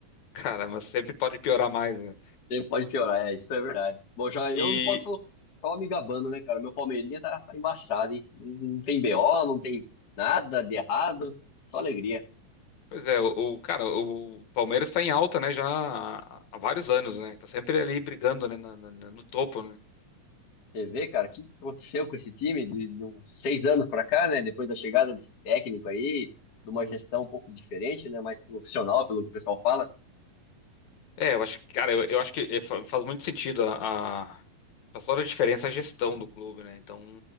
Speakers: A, on the left; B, on the left.
A: Cara, mas sempre pode piorar mais, né?
B: Sempre pode piorar, é, isso é verdade. Bom, já eu
A: E,
B: não posso só me gabando, né, cara? Meu Palmeirinha tá, tá embaçado, hein? Não não tem BO, não tem nada de errado, só alegria.
A: Pois é, o, o- cara, o Palmeiras está em alta, né, já há, há vários anos, né? Tá sempre ali brigando, né, na- na- na- no topo, né?
B: Você vê, cara, o que que aconteceu com esse time de, de uns seis anos pra cá, né? Depois da chegada desse técnico aí, de uma gestão um pouco diferente, né? Mais profissional, pelo que o pessoal fala,
A: É, eu acho que, cara, eu, eu acho que eh, fa- faz muito sentido a, a- faz toda a diferença a gestão do clube, né? Então,